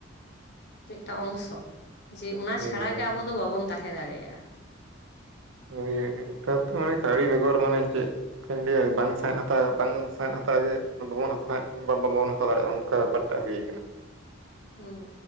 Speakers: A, on the left; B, on the right.
A: ᱢᱤᱫᱴᱟᱝ ᱚᱝᱥᱚ ᱡᱮ ᱚᱱᱟ
B: ᱦᱳᱭ
A: ᱪᱷᱟᱲᱟ
B: ᱦᱳᱭ
A: ᱜᱮ ᱟᱵᱚ ᱫᱚ ᱵᱟᱵᱚᱱ ᱛᱟᱦᱮᱸ ᱫᱟᱲᱮᱭᱟᱜᱼᱟ
B: ᱦᱳᱭ ᱱᱮᱛᱟᱨ ᱫᱚ ᱢᱟᱱᱮ ᱠᱟᱹᱣᱲᱤ ᱵᱮᱜᱚᱨ ᱢᱟᱱᱮ ᱪᱮᱫ ᱠᱟᱧ ᱞᱟᱹᱭᱟ ᱵᱟᱝ ᱥᱟᱦᱮᱸᱫ ᱦᱟᱛᱟᱣ ᱵᱟᱝ ᱥᱟᱸᱦᱮᱫ ᱦᱟᱛᱟᱣ ᱡᱮ ᱵᱟᱵᱚᱱ ᱦᱟᱥᱟᱣᱮᱫ ᱵᱟᱵᱚᱱ ᱦᱟᱛᱟᱣ ᱫᱟᱲᱮᱭᱟᱜᱼᱟ ᱚᱱᱠᱟ ᱵᱮᱯᱟᱨ ᱴᱟᱜ ᱦᱩᱭ ᱠᱟᱱᱟ
A: ᱦᱩᱸ